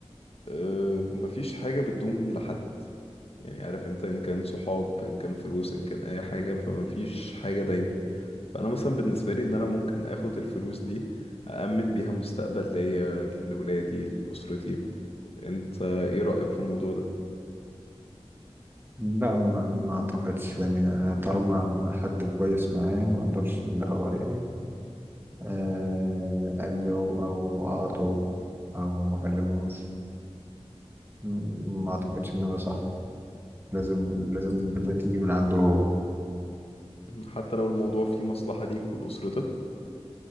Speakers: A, on the left; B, on the right.
A: أه مفيش حاجة بتدوم لحد يعني عارف انت ان كان صحاب ان كان فلوس ان كان اي حاجة فمفيش حاجة دايما فانا مثلا بالنسبة لي ان انا ممكن اخد الفلوس دي أأمن بيها مستقبل ليا لولادي لأسرتي انت ايه رأيك في الموضوع ده
B: لا ما ما اعتقدش يعني انا طالما حد كويس معايا ما اقدرش اللي هو ايه آه، اجيه او اقاطعه او ما اكلموش م- ما اعتقدش ان ده صح لازم لازم البداية تيجي من عنده هو
A: مم. حتى لو الموضوع فيه مصلحة ليك ولأسرتك